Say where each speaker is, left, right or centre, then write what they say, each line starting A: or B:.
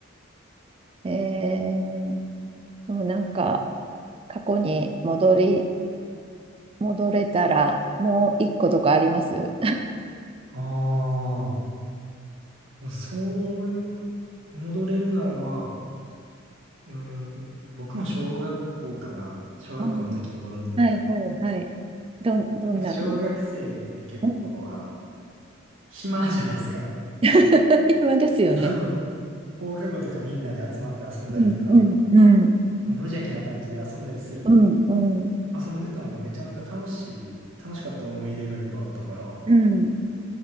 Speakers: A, on the right; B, on the right.
A: えー、でもなんか過去に戻り、戻れたらもう一個とかあります
B: ああ、まあそれを戻れるならまあ、うーん、僕も小学校かな。小学校の時に戻ったりかも。
A: うんはいはいはい。どん、どんなあり、
B: なんか小学生って結構あの、
A: うん、
B: 暇じゃないですか。
A: <laughs> 今ですよね。
B: <laughs> 放課後とかみんなで集まって遊んだりとか、
A: うんうんうん
B: 無邪気な感じで遊んだりする、
A: うんうん
B: 遊んでたのがめっちゃなんか楽しい、楽しかった思い出がいっぱいあったから、
A: うん